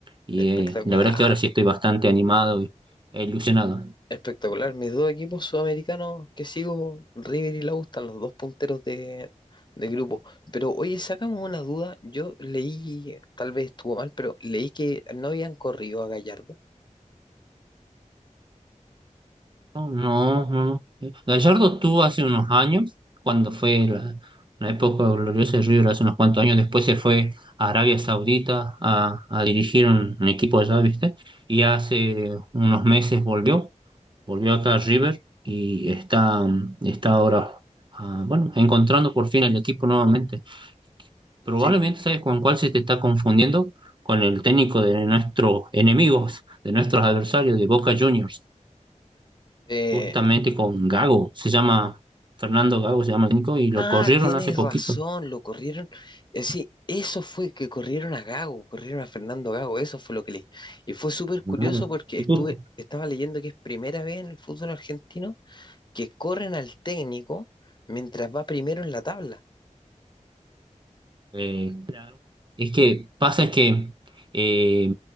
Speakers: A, on the right; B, on the left.
A: y,
B: espectacular.
A: eh, la verdad que ahora sí estoy bastante animado y, e ilusionado.
B: Espectacular. Mis dos equipos sudamericanos que sigo, River y la U, están los dos punteros de, de grupo. Pero oye, sacamos una duda. Yo leí, tal vez estuvo mal, pero leí que no habían corrido a Gallardo.
A: No, no, no. no. Gallardo tuvo hace unos años, cuando fue la, la época gloriosa de River, hace unos cuantos años, después se fue a Arabia Saudita a, a dirigir un, un equipo allá, ¿viste? Y hace unos meses volvió volvió acá a River y está, está ahora, ah, bueno, encontrando por fin el equipo nuevamente. Probablemente,
B: Sí.
A: ¿sabes con cuál se te está confundiendo? Con el técnico de nuestros enemigos, de nuestros adversarios, de Boca Juniors,
B: Eh,
A: justamente con Gago, se llama Fernando Gago, se llama el técnico, y lo
B: Ah,
A: corrieron
B: tienes
A: hace poquito.
B: razón, lo corrieron. eh, Sí, eso fue que corrieron a Gago, corrieron a Fernando Gago, eso fue lo que leí. Y fue súper curioso
A: Claro.
B: porque
A: ¿Y
B: estuve,
A: tú?
B: estaba leyendo que es primera vez en el fútbol argentino que corren al técnico mientras va primero en la tabla.
A: Eh, Claro. Es que pasa que eh,